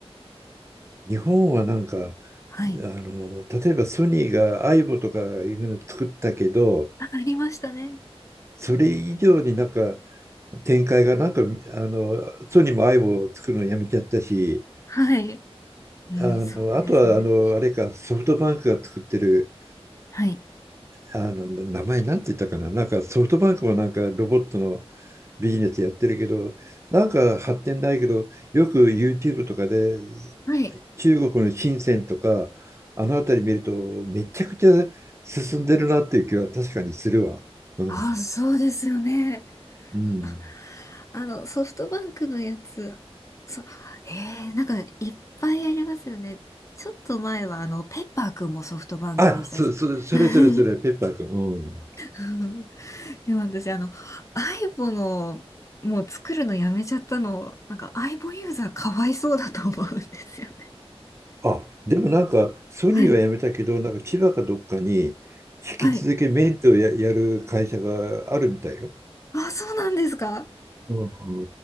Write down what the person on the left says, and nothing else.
はい。
あ、ありましたね。
はい。うん、
そうですね。
はい。
はい。
あ、そうですよね。
ああの、ソフトバンクのやつ、そ、えー、なんかいっぱいありますよね。ちょっと前はあの、ペッパーくんもソフトバンクでしたし。
<laughs>
うんでも私あの、アイボの、もう作るのやめちゃったの、なんかアイボユーザーかわいそうだと思うんですよね。
はい。
はい。
あ、そうなんですか